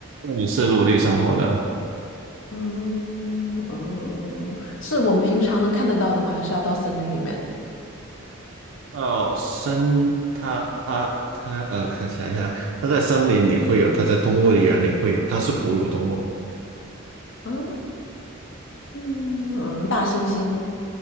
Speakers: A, on the right; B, on the left.
A: 下，是陆地生活的，
B: 嗯嗯，是我们平常能看得到的吗？还是要到森林里面？
A: 哦，森它它它呃，看想一下，它在森林里会有，它在动物园里会有，它是哺乳动物，
B: 嗯，嗯大猩猩、